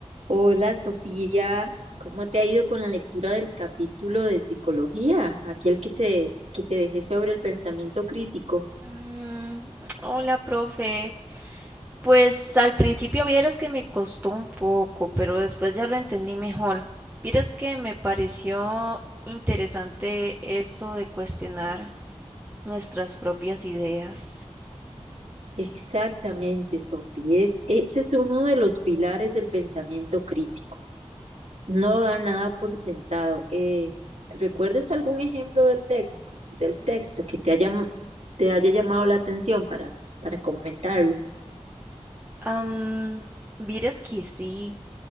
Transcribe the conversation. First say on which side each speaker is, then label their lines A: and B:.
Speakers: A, on the right; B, on the right.
A: Hola Sofía, ¿cómo te ha ido con la lectura del capítulo de psicología? Aquel que te, que te dejé sobre el pensamiento crítico.
B: Mm, Hola, profe. Pues al principio vieras que me costó un poco, pero después ya lo entendí mejor. Vieras que me pareció interesante eso de cuestionar nuestras propias ideas.
A: Exactamente, Sofía, es- ese es uno de los pilares del pensamiento crítico. No da nada por sentado. Eh, ¿recuerdas algún ejemplo del texto, del texto que te haya, te haya llamado la atención para, para comentarlo?
B: Am, vieras que sí.